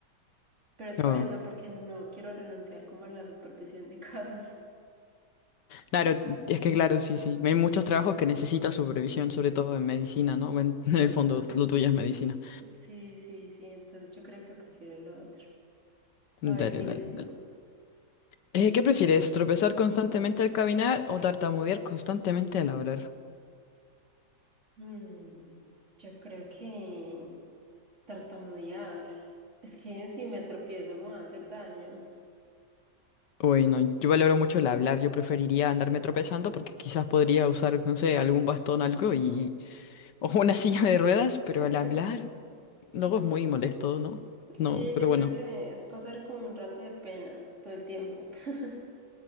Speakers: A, on the right; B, on the left.
A: Pero es por
B: Oh.
A: eso, porque no quiero renunciar como a la supervisión de <laughs> casos.
B: Claro, es que claro, sí, sí. Hay muchos trabajos que necesitan supervisión, sobre todo en medicina, ¿no? Bueno, <laughs> en
A: Ajá.
B: el fondo, lo tuyo es medicina.
A: Sí, sí, sí. Entonces yo creo que prefiero lo otro. A ver,
B: Dale,
A: sigues
B: dale, dale.
A: tú.
B: Eh, ¿qué prefieres? ¿Tropezar constantemente al caminar o tartamudear constantemente al hablar?
A: Mm, yo creo que tartamudear. Es que si me tropiezo me va a hacer daño.
B: Uy, no, yo valoro mucho el hablar, yo preferiría andarme tropezando porque quizás podría usar, no sé, algún bastón, algo y... <laughs> o una silla de ruedas, pero
A: <laughs>
B: al hablar luego es muy molesto, ¿no?
A: Sí,
B: No, pero
A: yo creo
B: bueno,
A: que es pasar como un rato de pena todo el tiempo. <laughs>